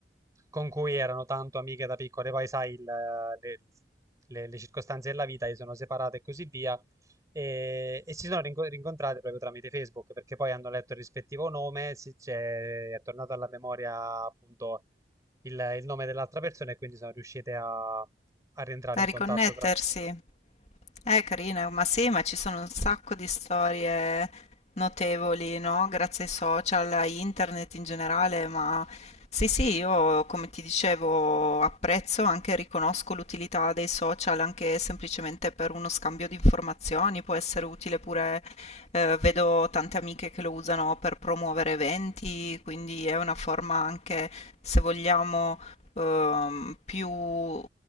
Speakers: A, on the right (about 20°); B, on the left (about 40°).
A: con cui erano tanto amiche da piccole, poi sai, il, le, le- le circostanze della vita, si sono separate e così via, e, e si sono rinco- rincontrate proprio tramite Facebook, perché poi hanno letto il rispettivo nome, si, c'è- è tornato alla memoria appunto il, il nome dell'altra persona e quindi sono riuscite a, a rientrare
B: A
A: in
B: riconnettersi.
A: contatto tra...
B: Eh, carina, ma sì, ma ci sono un sacco di storie notevoli, no? Grazie ai social, a internet in generale, ma sì, sì, io come ti dicevo apprezzo, anche riconosco l'utilità dei social, anche semplicemente per uno scambio di informazioni, può essere utile pure, eh, vedo tante amiche che lo usano per promuovere eventi, quindi è una forma anche, se vogliamo ehm, più